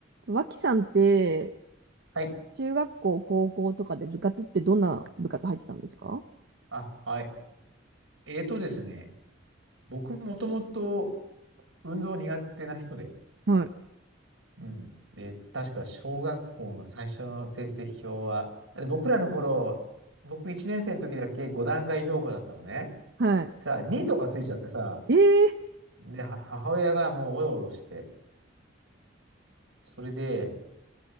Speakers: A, on the right; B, on the right.
A: 脇さんって、
B: はい。
A: 中学校、高校とかで部活ってどんな部活入ってたんですか
B: あ、はい。えーとですね、僕もともと運動苦手な人で、
A: はい
B: うん。で、確か小学校の最初の成績表は、で、僕らの頃、僕1年生の時だけ5段階評価だったのね。
A: はい。
B: さあ、2とかついちゃってさ、
A: ええ
B: で、は母親がもうおろおろして、それで